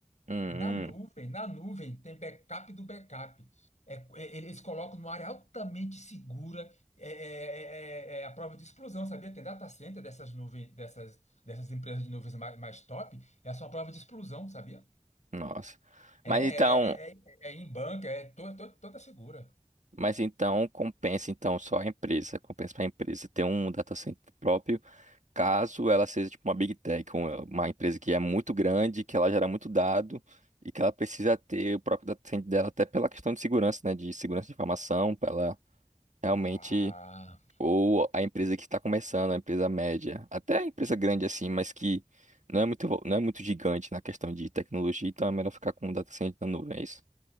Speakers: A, on the right; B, on the left.
A: Hum,
B: Na
A: hum,
B: nuvem, na nuvem tem backup do backup. É, é, eles colocam numa área altamente segura é, é, é, é é a prova de explosão, sabia? Tem data center dessas nuvens, dessas, dessas empresas de nuvens mais, mais top, é só uma prova de explosão, sabia?
A: nossa.
B: É,
A: Mas
B: é,
A: então,
B: é, é- é é em banca, é to, to- toda segura.
A: mas então compensa então só a empresa, compensa para a empresa ter um data center próprio caso ela seja tipo uma big tech, uma uma empresa que é muito grande, que ela gera muito dado e que ela precisa ter o próprio data center dela até pela questão de segurança, né, de segurança de informação, para ela realmente
B: Ah.
A: ou a empresa que está começando, a empresa média, até a empresa grande assim, mas que não é muito vo- não é muito gigante na questão de tecnologia, então é melhor ficar com o data center na nuvem, é isso?